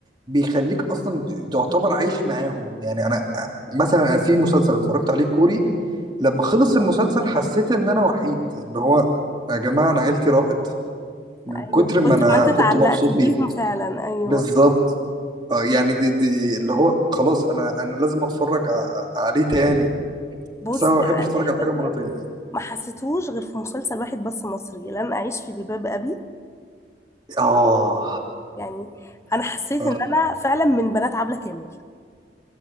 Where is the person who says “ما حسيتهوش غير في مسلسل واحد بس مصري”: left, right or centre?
Left